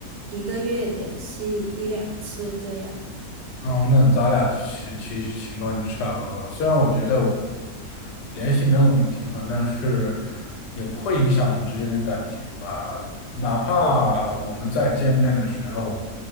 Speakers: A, on the right; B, on the left.
A: 一个月联系一两次这样。
B: 哦，那咱俩其其实情况就差不多了。虽然我觉得我联系没有那么频繁，但是也不会影响我们之间的感情吧。哪怕我们再见面的时候，